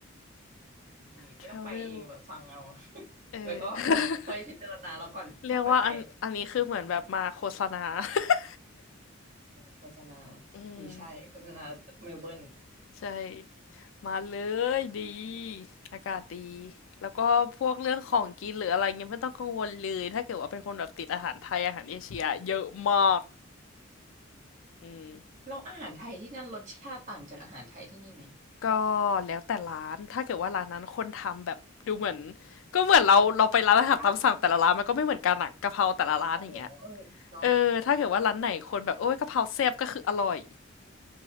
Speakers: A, on the right; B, on the left.
A: ดีไม่ต้องไปเองแบบฟังเอา
B: travel
A: <laughs>
B: เออ
A: แล้วก็
B: <laughs>
A: ค่อยพิจารณาแล้วก่อนแล้วค่อยไป
B: เรียกว่าอันอันนี้คือเหมือนแบบมาโฆษณา <laughs>
A: โฆษณา
B: อืม
A: หรือใช่โฆษณาเมลเบิร์น
B: ใช่มาเลยดีอากาศดีแล้วก็พวกเรื่องของกินหรืออะไรเงี้ยไม่ต้องกังวลเลยถ้าเกิดว่าเป็นคนแบบติดอาหารไทยอาหารเอเชียเยอะมากอืม
A: แล้วอาหารไทยที่นั่นรสชาติต่างจากอาหารไทยที่นี่ไหม
B: ก็แล้วแต่ร้านถ้าเกิดว่าร้านนั้นคนทำแบบดูเหมือนก็เหมือนเราเราไปร้านอาหารตามสั่งแต่ละร้านมันก็ไม่เหมือนกันอะกะเพราแต่ละร้านอย่างเงี้ย
A: อ้าวอ๋อเออเนาะ
B: เออถ้าเกิดว่าร้านไหนคนแบบโอ้ยกะเพราแซ่บก็คืออร่อย